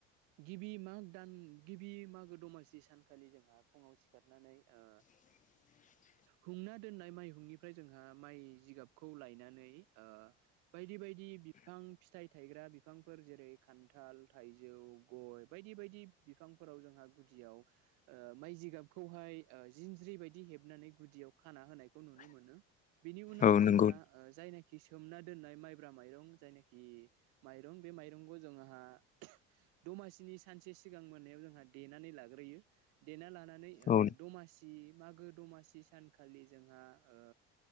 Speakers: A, on the right (about 70°); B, on the left (about 25°).
A: गिबि माग दान गिबि मागो दमासि सानखालि जोंहा फुङाव सिखारनानै ओ
B: <inaudible>
A: हुंना दोननाय माइहुंनिफ्राय जोंहा माइ जिगाबखौ लायनानै ओ बायदि बाय दि बिफां फिथाइ थायग्रा बिफांफोर जेरै खान्थाल, थाइजौ, गय बायदि बायदि । बिफांफोराव जोंहा गुदियाव ओ माइ जिगाबखौहाय ओ जिन ज्रि बायदि हेबनानै गुदियाव खाना होनायखौ नुनो मोनो बेनि उनाव
B: औ
A: जोंहा
B: नंगौ
A: ओ जायना खि सोमना दोननाय माइब्रा माइरं जायनाखि माइरं बे माइरंखौ जोंहा दमासिनि सानसे सिगां मोनायाव जोंहा देनानै लाग्रोयो देना लानानै ओ
B: औ
A: दमासि मागो दमासि सानखालि जोंहा ओ